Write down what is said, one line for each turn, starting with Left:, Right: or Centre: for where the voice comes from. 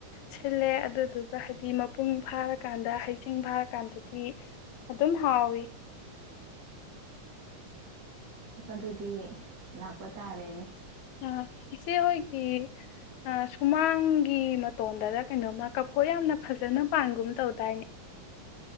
Left: ꯁꯤꯜꯂꯦ ꯑꯗꯨꯗꯨꯒ ꯍꯥꯏꯗꯤ ꯃꯄꯨꯡ ꯐꯥꯔꯀꯥꯟꯗ ꯍꯩꯖꯤꯡ ꯐꯥꯔꯀꯥꯟꯗꯗꯤ ꯑꯗꯨꯝ ꯍꯥꯎꯋꯤ꯫
Right: ꯑꯁ ꯑꯗꯨꯗꯤ ꯂꯥꯛꯄ ꯇꯥꯔꯦꯅꯦ
Left: ꯑ ꯏꯆꯦꯍꯣꯏꯒꯤ ꯑ ꯁꯨꯃꯥꯡꯒꯤ ꯃꯇꯣꯟꯗꯔ ꯀꯩꯅꯣꯝꯃ ꯀꯐꯣꯏ ꯌꯥꯝꯅ ꯐꯖꯅ ꯄꯥꯟꯒꯨꯝ ꯇꯧꯗꯥꯏꯅꯦ?